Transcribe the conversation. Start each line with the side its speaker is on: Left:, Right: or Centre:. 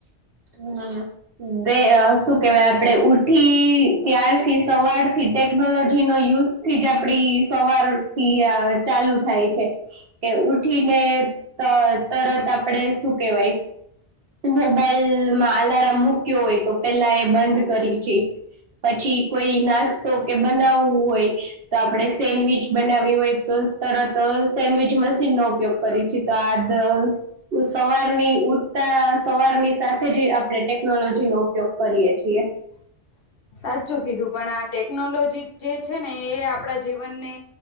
Right: હમ દે શું કેવાય આપડે ઉઠી ત્યારથી સવાર થી ટેકનોલોજી નો યુઝ થી જ આપડી સવારથી અચાલુ થાય છે કે ઉઠીને તર તરત આપડે શું કેવાય મોબાઈલમાં અલાર્મ મૂક્યો હોય તો પેલા એ બંધ કરી છે... પછી કોઈ નાસ્તો કે બનાવવું હોય તો આપડે સેન્ડવીચ બનાવીવી હોય તો તરત સેન્ડવીચ મશીન નો ઉપયોગ કરી છે તો આ સવારની સવારની સાથે જ આપણે ટેકનોલોજી નો ઉપયોગ કરીએ છીએ
Left: હ સાચું કીધું પણ આ ટેકનોલોજી જે છે ને એ આપણા જીવનને